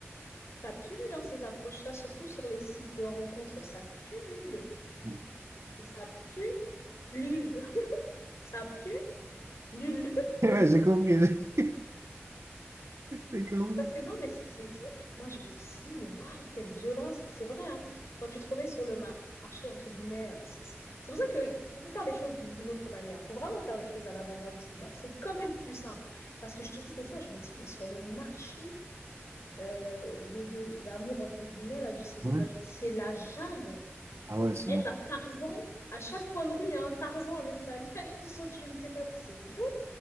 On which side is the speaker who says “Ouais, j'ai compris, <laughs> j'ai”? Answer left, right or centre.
Right